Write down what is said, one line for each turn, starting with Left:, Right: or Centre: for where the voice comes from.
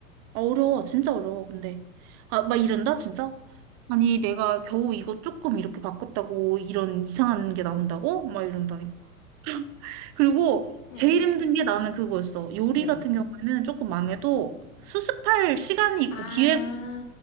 Right: 아, 어려워, 진짜 어려워, 근데. 아, 막 이런다, 진짜? 아니, 내가 겨우 이거 조금 이렇게 바꿨다고 이런 이상한 게 나온다고? 막 이런다니까. 그리고
Left: 응.
Right: 제일 힘든 게 나는 그거였어. 요리
Left: 뭐.
Right: 같은 경우에는 조금 망해도 수습할 시간이 있고
Left: 아,
Right: 기회가,